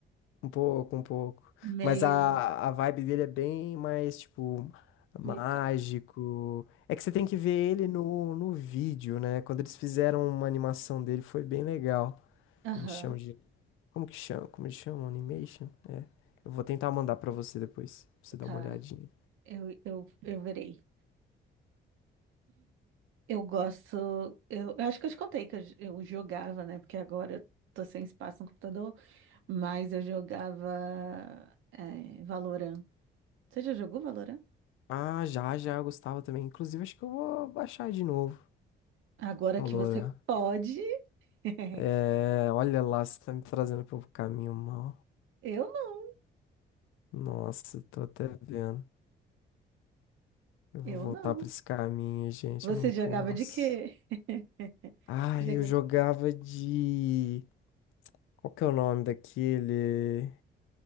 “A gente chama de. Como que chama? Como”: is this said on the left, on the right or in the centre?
Left